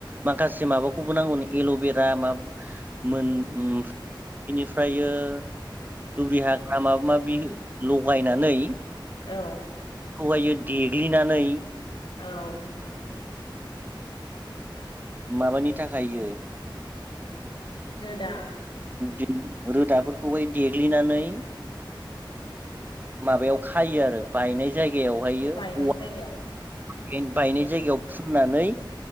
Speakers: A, on the right (about 20°); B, on the left (about 70°).
A: माखासे माबाखौबो नांगौनो एल'बेरा मा मोन <unintelligible> फ्रायो दुब्रि हाग्रा माबा माब बि लगायनानै
B: औ।
A: खौहायो देग्लिनानै
B: औ।
A: माबानि थाखायो
B: रोदा
A: <inaudible> रोदाफोरखौ हाय देग्लिनानै माबायाव खायो आरो बायनाय जाय गेयाव हायो
B: बायनाय
A: औवा
B: जायगायाव
A: फें बायनाय जायगायाव फुननानै